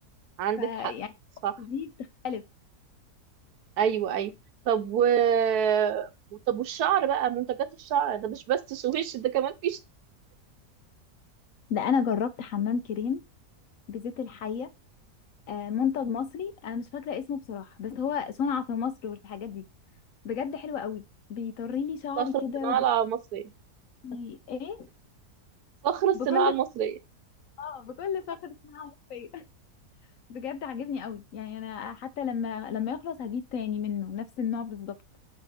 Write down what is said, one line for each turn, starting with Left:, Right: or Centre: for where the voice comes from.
Right: عندك
Left: فيعني
Right: حق صح
Left: دي بتختلف
Right: ايوه ايوه طب و <laughs> طب والشعر بقى منتجات الشعر ده مش بس سويش ده كمان في
Left: ده انا جربت حمام كريم بزيت الحية آه، منتج مصري انا مش فاكره اسمه بصراحه بس هو صنع في مصر والحاجات دي بجد حلوه قوي بيطري لي شعري
Right: صخرة
Left: كده
Right: الصناعة
Left: وب...
Right: المصرية
Left: بي- ايه
Right: صخرة الصناعة
Left: بكل
Right: المصرية
Left: اه بكل فخر صناعه مصريه <laughs> بجد عاجبني قوي يعني انا حتى لما لما يخلص هجيب تاني منه نفس النوع بالظبط